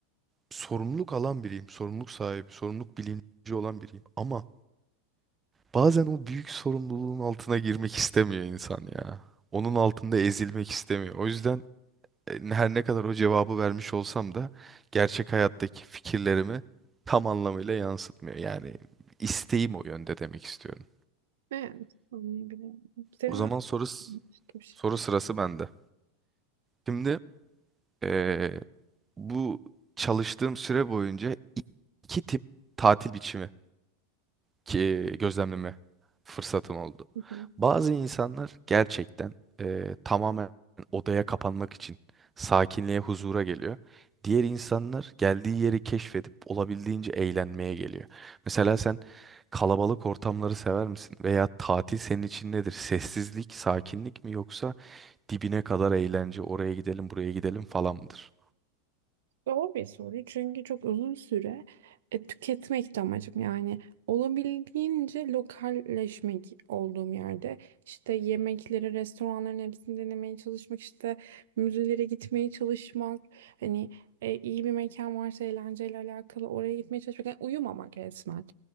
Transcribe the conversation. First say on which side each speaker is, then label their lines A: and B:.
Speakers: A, on the right; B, on the right.
A: sorumluluk alan biriyim, sorumluluk sahibi, sorumluluk bilinci olan biriyim. Ama Bazen o büyük sorumluluğun altına girmek istemiyor insan ya. Onun altında ezilmek istemiyor. O yüzden e, her ne kadar o cevabı vermiş olsam da gerçek hayattaki fikirlerimi tam anlamıyla yansıtmıyor. Yani isteğim o yönde demek istiyorum.
B: Evet. Anlayabiliyorum. Senin
A: O zaman
B: var
A: soru s-
B: mı başka bir şey?
A: soru sırası bende. Şimdi e, bu çalıştığım süre boyunca i- iki tip tatil biçimi ki gözlemleme fırsatım oldu.
B: Hı hı.
A: Bazı insanlar gerçekten e, tamamen odaya kapanmak için sakinliğe, huzura geliyor. Diğer insanlar geldiği yeri keşfedip olabildiğince eğlenmeye geliyor. Mesela sen kalabalık ortamları sever misin? Veya tatil senin için nedir? Sessizlik, sakinlik mi yoksa dibine kadar eğlence, oraya gidelim, buraya gidelim falan mıdır?
B: Zor bir soru çünkü çok uzun süre e, tüketmek de amacım yani olabildiğince lokalleşmek olduğum yerde işte yemekleri restoranların hepsini denemeye çalışmak işte müzelere gitmeye çalışmak hani e, iyi bir mekan varsa eğlenceyle alakalı oraya gitmeye çalışmak yani uyumamak resmen